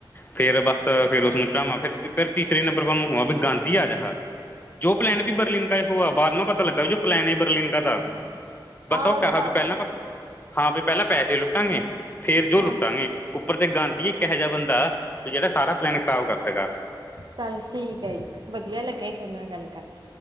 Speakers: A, on the left (about 25°); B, on the right (about 60°).
A: ਫੇਰ ਬੱਸ ਫੇਰ ਉਸਨੂੰ ਚੜਾਵਾਂ, ਫੇਰ ਤੀਸਰੇ ਨੰਬਰ ਪੇ ਹੁਆਂ, ਵੀ ਗਾਂਧੀ ਆ ਜਾਹਾ। ਜੋ ਪਲੈਨ
B: ਅੱਛਾ
A: ਵੀ ਬਰਲਿਨ ਇਹ ਹੋਆ, ਬਾਅਦ ਮੈ ਪਤਾ ਲੱਗਾ ਵੀ ਜੋ ਪਲੈਨ ਹੈ, ਏ ਬਰਲਿਨ ਕਾ ਤਾਂ, ਬਸ
B: ਹਾਂ
A: ਉਹ
B: ਹੋ ਜਾ
A: ਕਿਹਾ ਵੀ
B: ਸਾਰਾ
A: ਪਹਿਲਾਂ
B: ਕੁਝ ਹੋ ਜਾ
A: ਹਾਂ ਪਹਿਲਾਂ ਪੈਸੇ ਲੁੱਟਾਂਗੇ, ਫੇਰ ਜੋ
B: ਹਾਂ
A: ਲੁੱਟਾਂਗੇ। ਉੱਪਰ ਤੇ ਗਾਂਧੀ ਇੱਕ ਇਹੋ ਜਿਹਾ ਬੰਦਾ, ਵੀ ਜਿਹੜਾ ਸਾਰਾ ਪਲੈਨਟ ਖਰਾਬ ਕਰ ਸਗਾ।
B: ਚੱਲ ਠੀਕ ਹੈ ਜੀ, ਵਧੀਆ ਲੱਗੇ ਜ ਤੁਹਾਡੇ ਨਾਲ ਗੱਲ ਕਰ